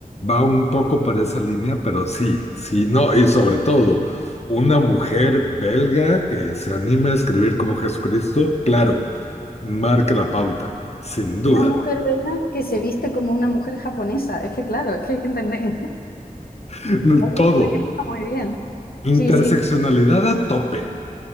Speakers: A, on the left; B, on the left.
A: va un poco para esa línea, pero sí, sí, no, y sobre todo, una mujer belga que se anime a escribir como Jesucristo, claro, marca la pauta, sin
B: Una
A: duda.
B: mujer, ¿verdad?, que se viste como una mujer japonesa. Es que claro, es que hay que entender que, <laughs> hay que,
A: <laughs>
B: entender
A: Todo,
B: que no está muy bien.
A: interseccionalidad
B: Sí, sí,
A: a tope.